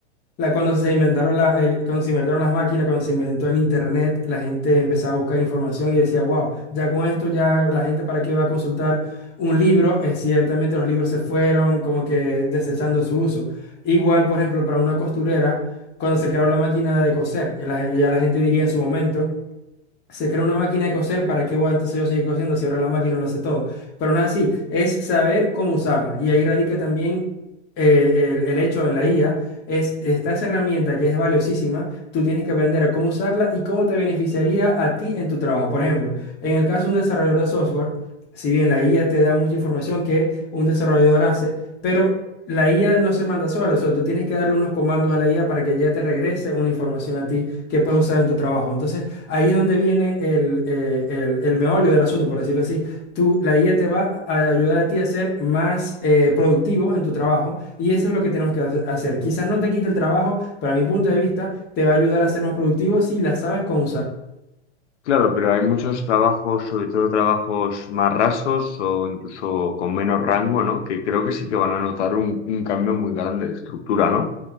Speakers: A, on the left (about 30°); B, on the left (about 80°).
A: la, cuando se inventaron la, el- cuando se inventaron las máquinas, cuando se inventó el internet, la gente empezaba a buscar información y decía, wow, ya con esto ya la gente para qué va a consultar un libro. Eh, ciertamente los libros se fueron como que desechando su uso. Igual, por ejemplo, para una costurera, cuando se creó la máquina de coser, la- ya la gente diría en su momento se crea una máquina de coser, ¿para qué voy a entonces yo seguir cosiendo si ahora la máquina lo hace todo? Pero no es así, es saber cómo usarla. Y ahí radica también eh, el, el hecho en la IA, es, esta esa herramienta que es valiosísima, tú tienes que aprender a cómo usarla y cómo te beneficiaría a ti en tu trabajo. Por ejemplo, en el caso de un desarrollador de software, si bien la IA te da mucha información que un desarrollador hace, pero... La IA no se manda sola, o sea, tú tienes que darle unos comandos a la IA para que ya te regrese una información a ti que puedes usar en tu trabajo. Entonces, Ahí es donde viene el, eh, el- el meollo del asunto, por decirlo así. Tú, la IA te va a ayudar a ti a ser más eh, productivo en tu trabajo y eso es lo que tenemos que hace- hacer. Quizás no te quite el trabajo, pero a mi punto de vista te va a ayudar a ser más productivo si la sabes cómo usar.
B: Claro, pero hay muchos trabajos, sobre todo trabajos más rasos o incluso con menos rango, ¿no? Que creo que sí que van a notar un, un cambio muy grande de estructura, ¿no?